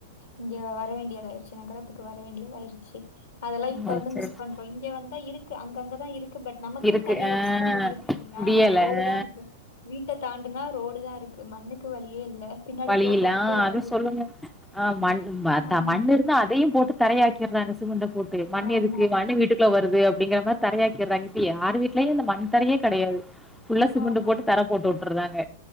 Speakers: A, on the left (about 65°); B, in the centre.
A: இங்க வர வேண்டியதாயிடுச்சு நகரத்துக்கு வர வேண்டியதாயிருச்சு அதெல்லா இப்ப
B: ம்
A: வந்து
B: சேரி
A: மிஸ் பண்றோ
B: சே
A: இங்க வந்தா இருக்கு அங்கங்கதா இருக்கு க்கு பட் நமக்குன்
B: இருக்கு
A: தனியா
B: ஆ
A: வச்சுக்க முடியல இல்லையா
B: முடியல
A: ரோடு
B: ஆ
A: தா இருக்கு வீட்ட தாண்டுனா ரோடு தா இருக்கு மண்ணுக்கு வழியே இல்ல பின்னாடி
B: வழியில
A: தோட்டத்துக்கும் வழி
B: அது சொல்லுங்க
A: இல்ல
B: அ மண் அதா
A: ஆமா
B: மண் இருந்தா அதையும் போட்டு தரையாக் அந்த சிமென்ட போட்டு மண்ணு
A: ஆமா
B: எதுக்கு மண்ணு வீட்டுக்கு ப்ப வருது அப்டிங்கிற மாரி தரையாக்கிறாங்க இப்ப யார் வீட்லயு அந்த மண் தரையே கெடையாது ஃபுல்லா சிமெண்ட்
A: ஆமா
B: போட்டு தர போட்டு வுட்ர்றாங்க